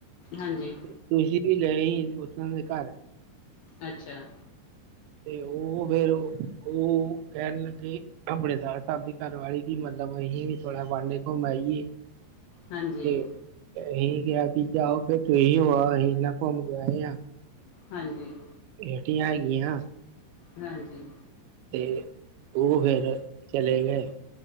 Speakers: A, on the left; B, on the right.
A: ਹਾਂਜੀ।
B: ਤੁਸੀਂ ਤੇ ਗਏ ਸੀ ਉਹਨਾਂ ਦੇ ਘਰ।
A: ਅੱਛਾ।
B: ਤੇ ਉਹ ਫੇਰ ਉਹ ਕਹਿਣ ਲੱਗੇ ਆਪਣੇ ਸਾਲਾ ਸਾਹਿਬ ਦੀ ਘਰਵਾਲੀ ਕੀ ਮਤਲਬ ਅਸੀਂ ਵੀ ਥੋੜ੍ਹਾ ਵਾਂਢੇ ਘੁੰਮ ਆਈਏ।
A: ਹਾਂਜੀ
B: ਤੇ ਅਹੀ ਕਿਹਾ ਕਿ ਜਾਓ ਫਿਰ ਤੁਹੀ ਹੋ ਆਉ ਅਹੀ ਏਨਾ ਘੁੰਮ ਕੇ ਆਏ ਆ।
A: ਹਾਂਜੀ
B: ਰੇਟੀ ਆਏਗੀ ਹ <unintelligible>
A: ਹਾਂਜੀ।
B: ਤੇ ਉਹ ਫੇਿਰ ਚਲੇ ਗਏ।